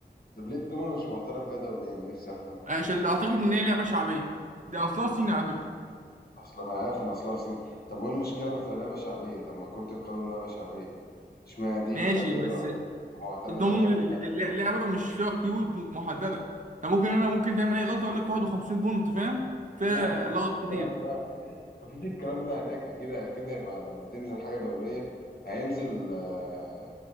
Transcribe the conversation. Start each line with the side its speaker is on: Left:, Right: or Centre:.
Left: طب ليه الدومينو مش معترف بيها دوليا نفسي أفهم
Right: عشان اللي أعتقد إن هي لعبة شعبية دي أصلها صيني على فكرة
Left: أصل ما أنا عارف إن أصلها صيني طب وإيه المشكلة ما تبقى لعبة شعبية طب ما كرة القدم لعبة شعبية إشمعنى دي
Right: ماشي
Left: كرياضة
Right: بس
Left: معتمدين
Right: الدومو ال-
Left: على دي لا
Right: ال- لعبة مش فيها قيود محددة يعني ممكن أنا ممكن تعمل أي غلطة أقول لك 51 بونت فاهم فيها
Left: لا مفيش
Right: لغط
Left: الكلام
Right: كتير
Left: ده مفيش الكلام ده هناك أكيد أكيد هيبقى لما تنزل حاجة دولية هينزل آه،